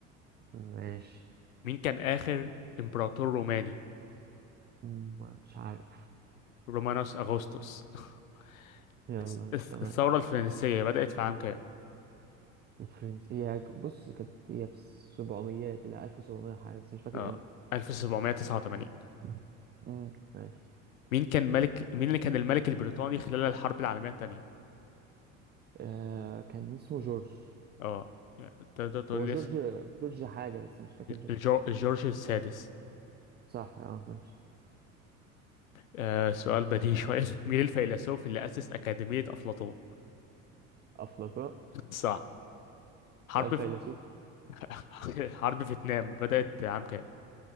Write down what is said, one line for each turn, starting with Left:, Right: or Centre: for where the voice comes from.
Right: ماشي
Left: مين كان آخر امبراطور روماني؟
Right: مم، مش عارف
Left: رومانوس أغسطس <laughs>
Right: يلا
Left: الس-
Right: مش
Left: الس-
Right: تمام
Left: الثورة الفرنسية بدأت في عام كام؟
Right: الفرنس هي بص كانت هي في السبعميات إلى ألف وسبعمية حاجة بس مش فاكر
Left: اه
Right: امتى
Left: 1789
Right: مم. مم، ماشي
Left: مين كان ملك مين اللي كان الملك البريطاني خلال الحرب العالمية الثانية؟
Right: آه كان اسمه جورج
Left: اه تقدر تقول
Right: هو
Left: لي
Right: مش جورج
Left: اسم
Right: عارف والله جورج حاجة بس مش فاكر جورج
Left: الجو- الجورج السادس
Right: صح اه ماشي
Left: آه سؤال بديهي شوية <laughs> مين الفيلسوف اللي أسس أكاديمية أفلاطون؟
Right: أفلاطون
Left: صح حرب
Right: سؤال فيلسوفي
Left: في... <laughs> حرب فيتنام بدأت عام كام؟